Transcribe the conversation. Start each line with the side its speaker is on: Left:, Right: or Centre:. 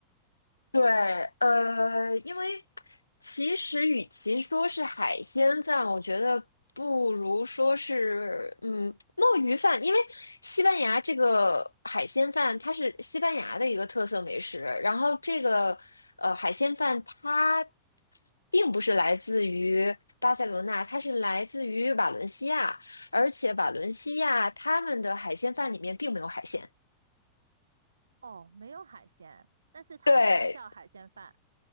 Left: 对，呃，因为其实与其说是海鲜饭，我觉得不如说是嗯墨鱼饭，因为西班牙这个海鲜饭它是西班牙的一个特色美食，然后这个呃海鲜饭它并不是来自于巴塞罗那，它是来自于瓦伦西亚，而且瓦伦西亚他们的海鲜饭里面并没有海鲜。
Right: 哦，没有海鲜，但是它也是叫海鲜饭。
Left: 对